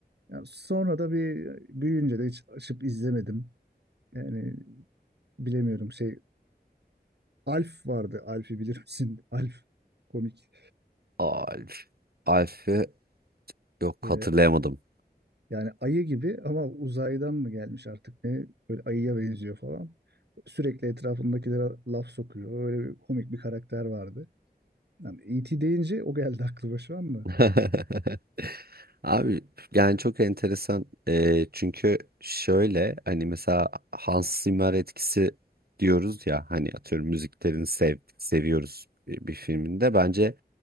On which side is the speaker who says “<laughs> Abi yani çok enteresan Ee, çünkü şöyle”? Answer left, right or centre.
Right